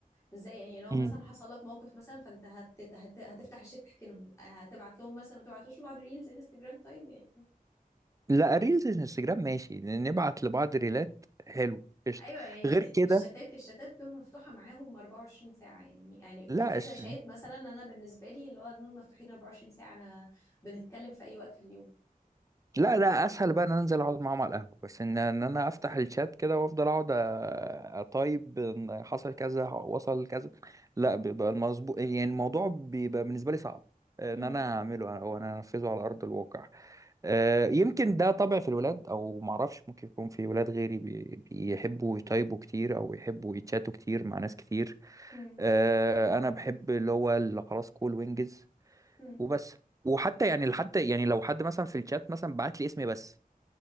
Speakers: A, on the left; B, on the right.
A: ازاي يعني لو
B: مم.
A: مثلا حصل لك موقف مثلا فانت هت... هت... هتفتح الشات تحكي لهم هتبعت لهم مثلا ما تبعتوش لبعض ريلز انستجرام طيب يعني
B: لا الريلز الانستجرام ماشي نبعت لبعض ريلات حلو قشطة
A: ايوه يعني
B: غير كده
A: الشتات الشتات بتبقى مفتوحه معاهم 24 ساعه يعني يعني
B: لا
A: في كذا
B: قشطة
A: شات مثلا انا بالنسبه لي اللي هو دول مفتوحين 24 ساعه انا بنتكلم في اي وقت في اليوم
B: لا لا اسهل بقى ان انا انزل اقعد معاهم على القهوه بس ان ان انا افتح الشات كده وافضل اقعد أ- اطيب إن حصل كذا وصل كذا لا بيبقى المظبوط يعني الموضوع بيبقى بالنسبه لي صعب ان
A: هم
B: انا اعمله أنا- او انا انفذه على ارض الواقع آه، يمكن ده طبع في الولاد او معرفش ممكن يكون في ولاد غيري بي- بيحبوا يطيبوا كتير او يحبوا يتشاتوا كتير مع ناس كتير
A: هم
B: آه، انا بحب اللي هو اللي خلاص كول وينجز
A: هم
B: وبس وحتى يعني حتى يعني لو حد مثلا في الشات مثلا بعت لي اسمي بس